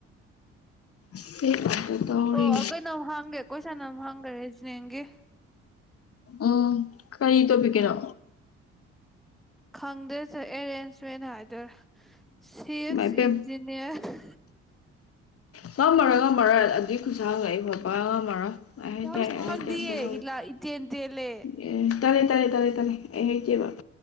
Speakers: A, on the left; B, in the centre.
A: ꯁꯤ ꯉꯥꯛꯇ ꯇꯧꯔꯤ
B: ꯋꯥꯒ ꯅ ꯍꯥꯡꯦ ꯀꯣꯏ ꯁꯥꯟꯅꯝ ꯍꯪꯈꯔꯦꯁꯤꯅꯦꯒꯤꯦ
A: ꯎꯝ ꯀꯔꯤ ꯇꯣꯄꯤꯤ ꯀꯔꯣ
B: ꯈꯪꯗꯦꯁꯨ ꯑꯦꯔꯦꯟꯖꯃꯦꯟ ꯍꯥꯏꯗꯣꯏꯔꯥ ꯁꯤꯛꯁ
A: ꯏꯃꯥꯏ ꯄꯦꯝ
B: ꯏꯟꯖꯤꯅꯤꯌꯔ
A: ꯉꯝꯃꯔ ꯉꯝꯃ ꯑꯗꯨꯏ ꯈꯨꯁꯥꯡꯉꯛꯏꯕꯕ ꯉꯝꯃꯔ ꯦ
B: ꯌꯥꯝ
A: ꯇ ꯍ
B: ꯁꯥꯡꯗꯤꯌꯦ ꯏꯂꯥ ꯏꯇꯦꯟ ꯇꯦꯜꯂꯦ
A: ꯑꯦ ꯇꯔꯦ ꯇꯔꯦ ꯇꯔꯦ ꯇꯔꯦꯦꯇꯕꯕꯥ